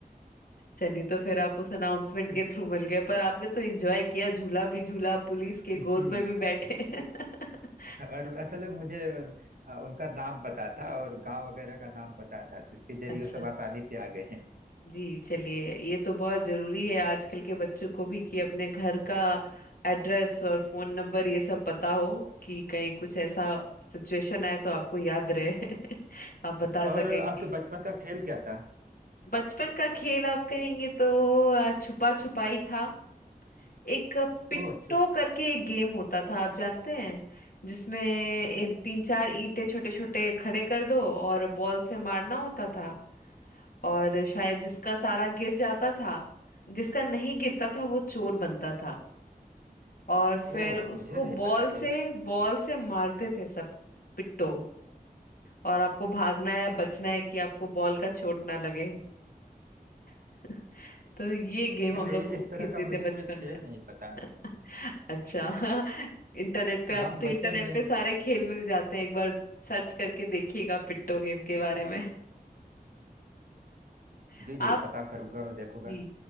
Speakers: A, on the left; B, on the right.
A: चलिए तो फिर आप उस अनाउंसमेंट
B: <laughs>
A: के थ्रू मिल गए पर आपने तो एंजॉय किया झूला भी झूला पुलिस के
B: जी
A: गोद में भी बैठे <laughs>
B: और असल में मुझे अ, उनका नाम पता था और गांव वगैरह का नाम पता था तो इसके जरिए
A: अच्छा
B: वो सब आसानी से आ गए हैं
A: जी चलिए ये तो बहुत जरूरी है आजकल के बच्चों को भी कि अपने घर का एड्रेस और फोन नंबर ये सब पता हो कि कहीं कुछ ऐसा सिचुएशन आए तो आपको याद रहे <laughs> आप बता सके
B: और आपके
A: कि
B: बचपन का खेल क्या था
A: बचपन का खेल आप कहेंगे तो छुपा छुपाई था एक अ, पिट्टो
B: ओह छु-
A: करके एक गेम होता था आप जानते हैं जिसमें ए, तीन चार ईंटें छोटे छोटे खड़े कर दो और बॉल से मारना होता था और शायद जिसका सारा गिर जाता था जिसका नहीं गिरता था वो चोर बनता था और फिर
B: ओह
A: उसको
B: मुझे नहीं
A: बॉल
B: पता जी
A: से बॉल से मारते थे सब पिट्टो और आपको भागना है बचना है कि आपको बॉल का चोट ना लगे <laughs> तो ये गेम
B: नहीं
A: हम
B: नहीं
A: लोग खूब
B: इस तरह
A: खेलते
B: का मुझे
A: थे बचपन
B: कोई खेल
A: में
B: नहीं पता
A: <laughs> अच्छा <laughs> इंटरनेट पे आप
B: हम
A: तो
B: बचपन
A: इंटरनेट
B: में
A: पे सारे खेल मिल जाते हैं एक बार सर्च करके देखिएगा पिट्टो गेम के बारे में <laughs>
B: जी जी
A: आप
B: पता करूंगा और देखूंगा
A: जी